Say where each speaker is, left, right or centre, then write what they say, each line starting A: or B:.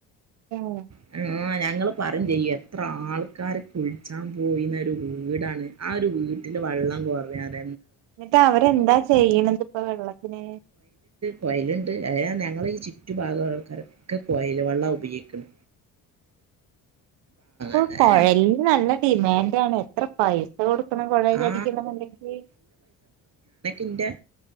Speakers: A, on the right; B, on the right.
A: അതെ
B: <unintelligible> ഞങ്ങൾ പറഞ്ഞു ചെയ്യും എത്ര ആൾക്കാരെ കുളിച്ചാൻ പോയിന്ന ഒരു വീടാണ് ആ ഒരു വീട്ടില് വെള്ളം കുറവ അത
A: എന്നിട്ട് അവരെന്താ ചെയ്യണത് ഇപ്പൊ വെള്ളത്തിന്
B: പൊഴേലുണ്ട് അ ഞങ്ങള് ഈ ചുറ്റു ഭാഗങ്ങളൊക്കെ പൊഴേൽ വെള്ളം ഉപയോഗിക്കണ്
A: ഇപ്പോൾ
B: അങ്ങനെ
A: കുഴലിന് നല്ല ഡിമാൻഡ് ആണ് എത്ര പൈസ കൊടുക്കണം കുഴേ
B: ആ
A: കടിക്കണം എന്നുണ്ടെങ്കിൽ
B: എന്റെ